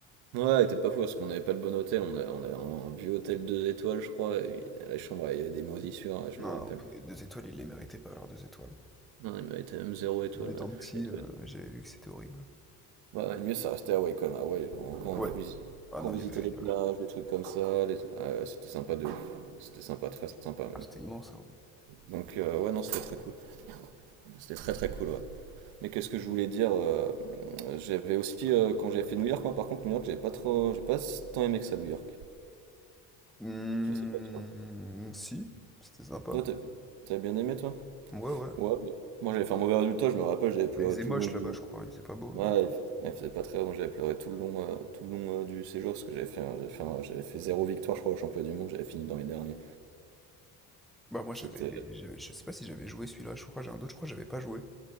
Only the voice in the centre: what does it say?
Non,
non, les deux étoiles, ils les méritaient pas, leurs deux étoiles.
En étant
petit,
euh,
j'avais vu que c'était horrible.
Ouais.
Ah
non,
il y avait...
il
y avait-
C'était immense, ça, ouais.
Hmm,
si, c'était sympa.
Ouais, ouais.
Bah, Il faisait
moche
là-bas, je crois. Il faisait pas beau,
non?
Bah moi
j'avais, j'avais- je sais pas si j'avais joué celui-là, je crois j'ai un doute, je crois que j'avais pas joué,